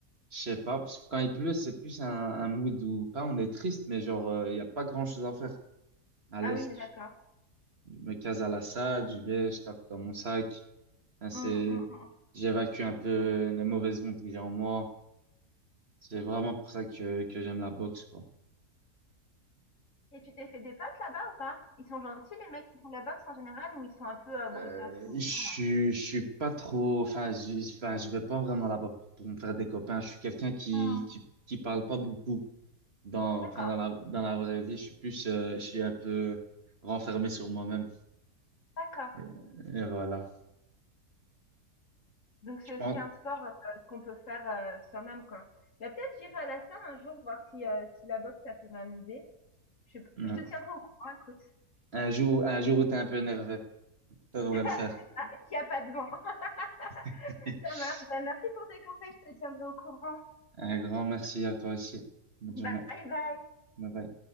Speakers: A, on the right; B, on the left.
A: Je sais pas, parce que quand il pleut, c'est plus un, un mood où, pas on est triste, mais genre, euh, il y a pas grand-chose à faire. À
B: Ah
A: l'aise,
B: oui, d'accord.
A: je me case à la salle, je vais, je tape dans mon sac. Enfin, c'est,
B: Hum, hum, hum.
A: j'évacue un peu les mauvaises ondes que j'ai en moi. C'est vraiment pour ça que, que j'aime la boxe, quoi.
B: Et tu t'es fait des potes là-bas ou pas? Ils sont gentils les mecs qui font de la boxe en général ou ils sont un peu euh, brutasses
A: Euh,
B: comme
A: je,
B: ça
A: suis-
B: là?
A: je suis pas trop, enfin, je, enfin, je vais pas vraiment là-bas pour me faire des copains. Je suis quelqu'un qui,
B: Hmm,
A: qui, qui parle pas beaucoup dans,
B: d'accord,
A: enfin, dans la, dans la vraie vie. Je suis plus, euh, je suis un peu renfermé sur moi-même.
B: d'accord.
A: Et, et voilà.
B: Donc c'est
A: Je pense,
B: aussi un sport euh, qu'on peut faire euh, soi-même quoi. Mais peut-être j'irai à la salle un jour voir si, euh, si la boxe ça peut m'amuser. Je, sais pas.
A: non.
B: je te tiendrai au courant, écoute.
A: Un jour, un jour où t'es un peu énervé,
B: <laughs>
A: ça devrait
B: C'est
A: le faire.
B: ça, il n'y a pas de vent. <laughs>
A: <laughs>
B: Ça marche. Bah, merci pour tes conseils, je te tiendrai au courant.
A: Un grand merci à toi aussi. Bonne journée.
B: Bye bye.
A: Bye bye.